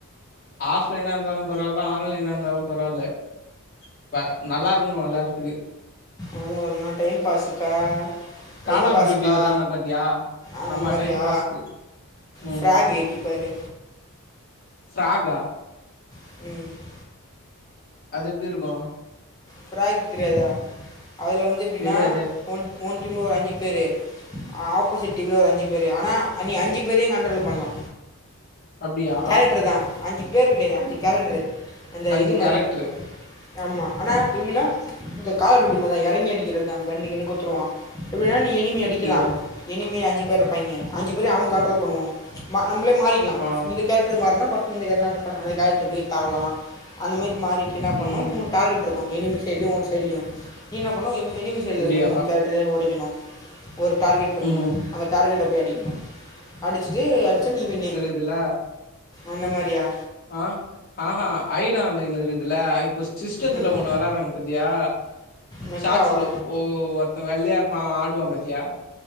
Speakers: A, on the left; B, on the left.
A: ஆஃப்லைனா இருந்தாலு பரவால்ல ஆன்லைனா இருந்தாலும் பரவால்ல ப நல்லா இருக்குணு வெளாடுறத்துக்கு
B: அதா என்ன டைம் பாஸுக்கா டைம்
A: கால் ஆஃப்
B: பாஸுக்கா
A: டியூட்டி வெளாட்ன பாத்தியா
B: அந்த
A: ஆமா
B: மாரியா
A: டைம் பாஸ்க்கு ம்
B: ஃப்ராக் ஏத்தி பாரு
A: ஃப்ராகா
B: ம்
A: அது எப்டி இருக்கு
B: ஃப்ராக் தெரியாதா அதுல வந்து அப்டின்னா
A: தெரியாதே
B: ஒன் ஒன் டீம்ல ஒரு அஞ்சு பேரு ஆ ஆப்போசிட் டீம்ல ஒரு அஞ்சு பெரு ஆனா நீ அஞ்சு பேரயு கண்ட்ரோல் பண்லா
A: அப்டியா
B: கேரக்டரு தா அஞ்சு பேரு கெடயாது அஞ்சு கேரக்டரு அந்த
A: அஞ்சு
B: இது
A: கேரக்ட்ரு
B: மாரி ஆமா ஆனா எப்டின்னா இந்த கால பட்டி மா தா எறங்கி அடிக்ற தா கண்ணு கின்னு குத்துருவா எப்டினா நீ எனிமி அடிக்லா
A: அப்டியா
B: எனிமியே அஞ்சு பேர் இருப்பாங்கே அஞ்சு பேரயு அவங்க கண்ட்ரோல் பண்ணுவோ மா நம்ளே மாறிக்லா
A: ஆ
B: கேரட்ரு மாறுனா ஃபஸ்ட் இந்த கேரட்ரு அந்த கே அந்த கேரட்ருக்கு தாவ்லா அந்த மாரி மாறிட்டு என்ன
A: ம்
B: பண்ணு மூனு டார்கெட் இருக்கு எனிமி சைட்ல்யு ஒ சைட்ல்யு நீ என்ன பண்ணு எனிமி எனிமி சைட்ல
A: அப்டியா
B: இருக்க மூனு கேரக்டரையோ ஒடைக்கணு ஒரு டார்கெட் இருக்கு
A: ம்
B: மூனு அந்த டார்கெட்ட போய் அடிக்கணு அடிச்சிட்டு அடிச்சா நீ வின்னு
A: இதுல
B: அந்த மாரியா
A: ஆ ஆஹா ஐடா ஆன்லைன் இருக்குதுல இப்போ சிஸ்டத்துல
B: ம்
A: ஒன்னு விளாடுறாங்க பத்தியா
B: மெக்காவா
A: சாட்ஸ்லு ஒ ஒருத்த வெள்ளையா இருப்பா அவ ஆடுவா பாத்தியா